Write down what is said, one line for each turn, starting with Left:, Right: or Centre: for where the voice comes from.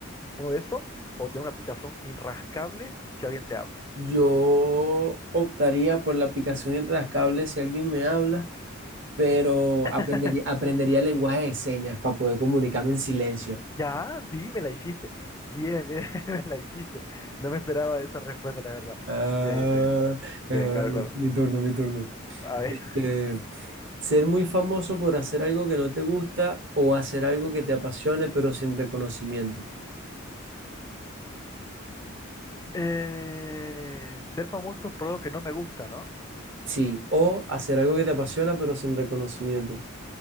Left: uno de esos, o tener una picazón inrascable si alguien te habla.
Right: Yo optaría por la aplicación intrascable si alguien me habla, pero
Left: <laughs>
Right: aprendería, aprendería lenguaje de señas para poder comunicarme en silencio.
Left: Ya, sí, me la hiciste. Bien, bien, <laughs> me la hiciste. No me esperaba esa respuesta, la verdad.
Right: Ah,
Left: Bien, bien. Bien,
Right: bueno,
Left: claro, claro.
Right: mi, mi turno, mi turno.
Left: A ver.
Right: Este,
Left: <laughs>
Right: ser muy famoso por hacer algo que no te gusta o hacer algo que te apasione pero sin reconocimiento.
Left: Eh, ser famoso por algo que no me gusta, ¿no?
Right: Sí, o hacer algo que te apasiona pero sin reconocimiento.